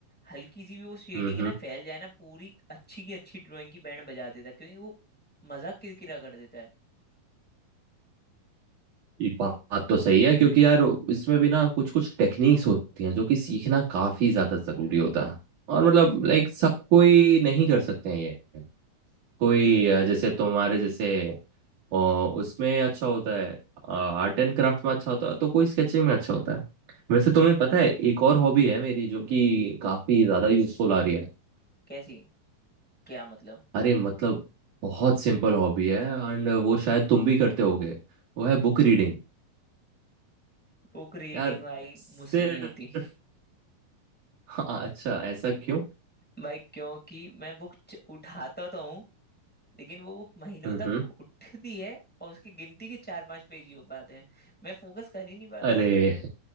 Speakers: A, in the centre; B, on the right (about 60°).
A: हल्की सी भी वो शेडिंग
B: हम्म
A: है
B: हम्म,
A: ना फैल जाए ना पूरी अच्छी की अच्छी ड्राइंग की बैंड बजा देता है क्योंकि वो मजाक किरकिरा कर देता है
B: ये बात तो सही है क्योंकि यार इसमें भी ना कुछ कुछ टेक्निक्स होती हैं जो कि सीखना काफी ज्यादा जरूरी होता है और मतलब लाइक सब कोई नहीं कर सकते हैं ये कोई
A: बिल्कुल
B: अ, जैसे तुम्हारे जैसे और उसमें अच्छा होता है आर्ट एंड क्राफ्ट में अच्छा होता है तो कोई स्केचिंग में अच्छा होता है वैसे तुम्हें पता है एक और हॉबी है मेरी जो कि काफी ज्यादा यूजफुल आ रही है
A: कैसी क्या मतलब
B: अरे मतलब बहुत सिंपल हॉबी है एंड वो शायद तुम भी करते होगे वो है बुक रीडिंग
A: बुक रीडिंग
B: यार
A: भाई
B: सिर्फ
A: मुझसे नहीं होती
B: <laughs> हाँ, अच्छा ऐसा क्यों
A: भाई क्योंकि मैं बुक उठाता तो हूँ लेकिन वो बुक महीनों
B: हम्म
A: तक
B: हम्म,
A: उठती है और उसकी गिनती के चार पांच पेज ही हो पाते हैं मैं फोकस कर ही नहीं पाता
B: अरे
A: उस वे में